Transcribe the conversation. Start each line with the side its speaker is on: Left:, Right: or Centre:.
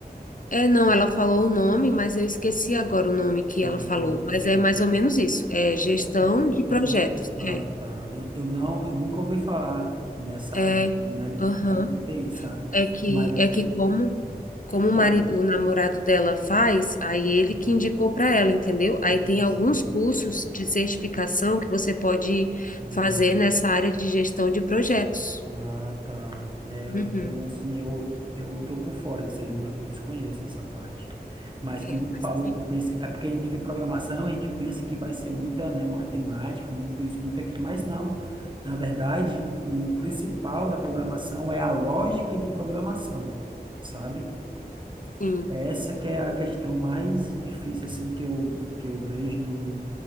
Left: é, não, ela falou o nome, mas eu esqueci agora o nome que
Right: Hum,
Left: ela falou.
Right: sim.
Left: Mas é mais ou menos isso, é gestão
Right: é, por-
Left: de projetos.
Right: é por, ah,
Left: É,
Right: tá. Eu, eu não, eu nunca ouvi falar nessa
Left: é,
Right: área, na,
Left: aham.
Right: na área de TI, sabe?
Left: É que,
Right: Mas
Left: é que como,
Right: hum,
Left: como
Right: pode
Left: o
Right: falar.
Left: marido, o namorado dela faz, aí ele
Right: Hum,
Left: que indicou para ela, entendeu? Aí
Right: mas,
Left: tem alguns cursos de certificação que você pode
Right: Hum,
Left: fazer nessa área de gestão de projetos.
Right: Ah, tá. É,
Left: Uhum.
Right: eu assim, eu, eu tô por fora disso aí, eu, não- eu desconheço essa parte. Mas
Left: É,
Right: que nem tu
Left: mas
Right: falou,
Left: tem.
Right: tu pensa, é porque a gente vê programação, a gente pensa que vai ser muita, né, matemática, muito isso, muito aquilo, mas não. Na verdade, o principal da programação é a lógica de programação, sabe?
Left: Uhum. Sim.
Right: Essa que é a questão mais difícil assim que eu que eu vejo num